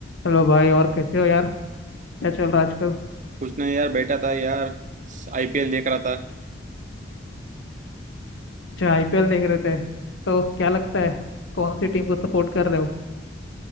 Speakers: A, on the left; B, on the right.
A: Hello भाई और कैसे हो यार क्या चल रहा है आजकल
B: कुछ नहीं यार बैठा था यार आईपीएल देख रहा था
A: अच्छा आईपीएल देख रहे थे तो क्या लगता है कौन सी टीम को सपोर्ट कर रहे हो